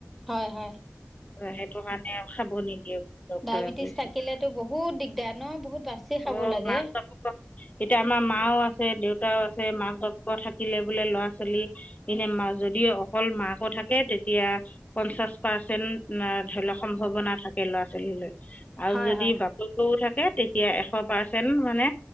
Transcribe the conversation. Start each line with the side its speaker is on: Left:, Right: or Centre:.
Centre: হয়, হয়।
Left: সেইটো কাৰণে আ খাব নিদিয়ে। ডক্তৰে
Centre: ডায়েবেটিছ
Left: কৈছিল
Centre: থাকিলেতো বহুত দিগদাৰ ন? বহুত বাচি খাব
Left: অ',
Centre: লাগে।
Left: মাক বাপেকৰ এতিয়া আমাৰ মাও আছে, দেউতাও আছে। মাক-বাপেক থাকিলে বোলে ল'ৰা ছোৱালী এনো যদি অকল মাকো থাকে তেতিয়া পঞ্চাছ পাৰ্চেন্ট ধৰি লওক সম্ভাৱনা থাকে। থাকে ল'ৰা ছোৱালী লৈ আৰু
Centre: হয়
Left: যদি
Centre: হয়
Left: বাপেকেও থাকে তেত তিয়া এশ পাৰ্চেণ্ট মানে